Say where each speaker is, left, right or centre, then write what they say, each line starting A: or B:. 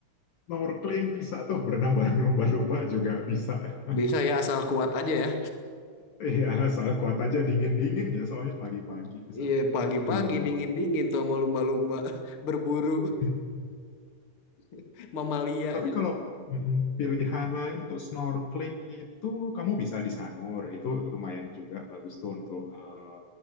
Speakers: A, on the left (about 60°); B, on the left (about 40°).
A: Snorkeling bisa tuh berenang bareng lumba-lumba juga bisa. <laughs>
B: Bisa ya asal kuat aja ya.
A: Iya, asal kuat aja dingin-dingin ya soalnya pagi-pagi di sana
B: Iya
A: itu
B: pagi-pagi
A: lumba-lumbanya.
B: dingin-dingin tuh sama lumba-lumba <laughs> berburu
A: <laughs>
B: <laughs> mamalia
A: Tapi
B: aja.
A: kalau mm, pilihan lain untuk snorkeling itu kamu bisa di Sanur, itu lumayan juga bagus tuh untuk eh,